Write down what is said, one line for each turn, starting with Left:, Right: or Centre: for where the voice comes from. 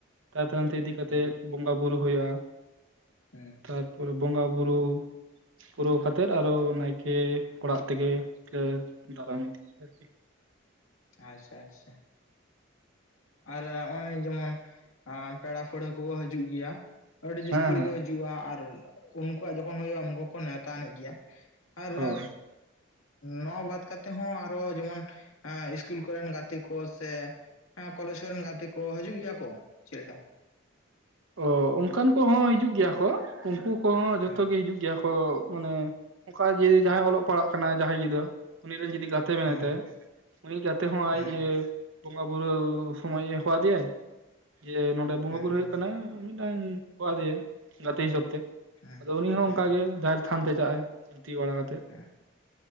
Right: ᱡᱟᱦᱮᱨ ᱛᱷᱟᱱ ᱛᱮ ᱤᱫᱤ ᱠᱟᱛᱮᱜ,
Left: ᱦᱮᱸ
Right: ᱵᱚᱸᱜᱟ ᱵᱩᱨᱩ ᱦᱩᱭᱩᱜᱼᱟ᱾
Left: ᱦᱮᱸ
Right: ᱛᱟᱨᱯᱚᱨᱮ ᱵᱚᱸᱜᱟ ᱵᱩᱨᱩ ᱯᱩᱨᱟᱹᱣ ᱠᱟᱛᱮᱫ ᱟᱨᱚ ᱱᱟᱭᱠᱮ ᱚᱲᱟᱜ ᱛᱮᱜᱮ <unintelligible> ᱫᱟᱨᱟᱢ ᱤᱫᱤ ᱟᱨᱠᱤ᱾
Left: ᱟᱪᱪᱷᱟ ᱟᱪᱪᱷᱟ ᱟᱨ ᱱᱚᱜ-ᱚᱭ ᱡᱮᱢᱚᱱ ᱯᱮᱲᱟ ᱯᱟᱹᱲᱦᱟᱹ ᱠᱚᱠᱚ ᱦᱤᱡᱩᱜ ᱜᱮᱭᱟ᱾ ᱟᱹᱰᱤ ᱡᱟᱹᱟᱥᱛᱤ
Right: ᱦᱮᱸ ᱦᱮᱸ
Left: ᱜᱮᱠᱚ ᱦᱤᱡᱩᱜᱼᱟ ᱟᱨ ᱩᱱᱠᱩᱣᱟᱜ ᱡᱚᱠᱷᱚᱱ ᱦᱳᱭᱳᱜᱼᱟ ᱩᱱᱠᱩ ᱠᱚ ᱱᱮᱣ ᱛᱟᱱᱤᱡ ᱜᱮᱭᱟ ᱟᱨ
Right: ᱦᱳᱭ
Left: ᱱᱚᱣᱟ ᱵᱟᱫ ᱠᱟᱛᱮᱜ ᱦᱚᱸ ᱟᱨᱦᱚ ᱡᱮᱢᱚᱱ ᱤᱥᱠᱩᱞ ᱠᱚᱨᱮᱱ ᱜᱟᱛᱮ ᱠᱚ ᱥᱮ ᱠᱚᱞᱮᱡ ᱠᱟᱨᱮᱱ ᱜᱟᱛᱮ ᱠᱚ ᱦᱤᱡᱩᱜ ᱜᱮᱭᱟ ᱠᱚ, ᱪᱮᱫ ᱞᱮᱠᱟ?
Right: ᱚ ᱚᱱᱠᱟᱱ ᱠᱚᱦᱚᱸ ᱦᱤᱡᱩᱜ ᱜᱮᱭᱟ ᱠᱚ ᱩᱱᱠᱩ ᱠᱚᱦᱚᱸ
Left: ᱦᱮᱸ
Right: ᱡᱷᱚᱛᱚ ᱜᱮ ᱦᱤᱡᱩᱜ ᱜᱮᱭᱟ ᱠᱚ᱾ ᱠᱚ ᱢᱟᱱᱮ ᱚᱱᱠᱟ ᱡᱮ ᱡᱟᱦᱟᱭ ᱚᱞᱚᱜ ᱯᱟᱲᱦᱟᱜ ᱠᱟᱱᱟᱭ ᱡᱟᱦᱟᱸᱭ ᱜᱤᱫᱽᱟᱹ ᱩᱱᱤ ᱨᱮᱱ ᱡᱩᱫᱤ ᱜᱟᱛ -ᱛᱮ ᱢᱮᱱᱟᱭ
Left: ᱦᱮᱸ
Right: ᱛᱟᱭᱟ ᱩᱱᱤ ᱜᱟᱛᱮ ᱦᱚᱸ
Left: ᱦᱮᱸ
Right: ᱟᱡ ᱮ ᱵᱚᱸᱜᱟ ᱵᱩᱨᱩ ᱥᱚᱢᱚᱭᱮ ᱦᱚᱦᱚᱣᱟ ᱫᱮᱭᱟᱭ ᱡᱮ ᱱᱚᱰᱮ ᱵᱚᱸᱜᱟ
Left: ᱦᱮᱸ
Right: ᱵᱩᱨᱩᱳ ᱦᱩᱭᱩᱜ ᱠᱟᱱᱟ ᱢᱤᱫᱴᱟᱝ ᱦᱚᱦᱚ ᱟᱫᱤᱭᱮ ᱜᱟᱛᱮ ᱦᱤᱥᱟᱹᱵ ᱛᱮ᱾
Left: ᱦᱮᱸ
Right: ᱟᱫᱚ ᱩᱱᱤ ᱦᱚᱸ
Left: ᱦᱮᱸ
Right: ᱚᱱᱠᱟᱜᱮ ᱡᱟᱥᱴ ᱦᱟᱱᱛᱮ ᱪᱟᱜᱼᱟᱭ ᱛᱷᱩᱛᱤ ᱵᱟᱲᱟ ᱠᱟᱛᱮ᱾
Left: ᱦᱮᱸ